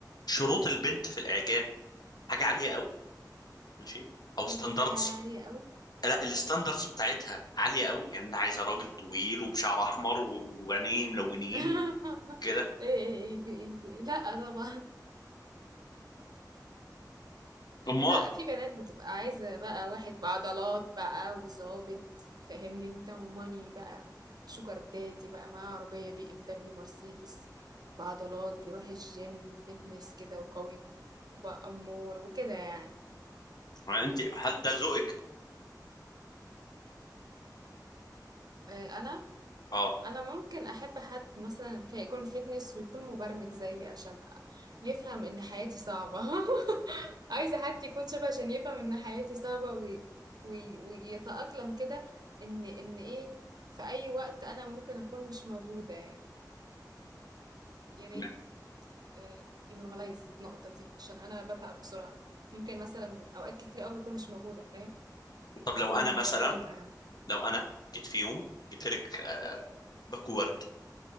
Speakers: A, on the left (about 65°); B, on the right (about 65°).
A: شروط البنت في الاعجاب حاجه عاليه قوي ماشي او ستاندردز
B: حاجة عالية قوي
A: لا الستاندردز بتاعتها عاليه قوي يعني انا عايزه راجل طويل وبشعر احمر و- وعينيه ملونين
B: <laughs>
A: وكده
B: ايه ايه ايه في ايه في إيه؟ لا طبعا
A: امال
B: لا <laughs> في بنات بتبقى عايزة بقى واحد بعضلات بقى وظابط فاهمني انت وماني بقى شوجر دادي بقى معاه عربية بي ام دبليو مرسيدس بعضلات بيروح الجيم فتنس كده وقوي بقى امور وكده يعني
A: يعني انت هل ده ذوقك
B: آه، انا
A: اه
B: انا ممكن احب حد مثلا في- يكون فيتنس ويكون مبرمج زيي عشان يفهم ان حياتي صعبة <laughs> عايزة حد يكون شبه عشان يفهم ان حياتي صعبة وي... وي... ويتأقلم كده ان ان ايه في اي وقت انا ممكن اكون مش موجودة يا ريت
A: لا.
B: آه، ينورماليز النقطة دي عشان انا بتعب بسرعة ممكن مثلا اوقات كتير قوي بكون مش موجودة فاهم
A: طب لو
B: اكون
A: انا مثلا
B: نايمة
A: لو انا جيت في يوم جبت لك آه، باكو ورد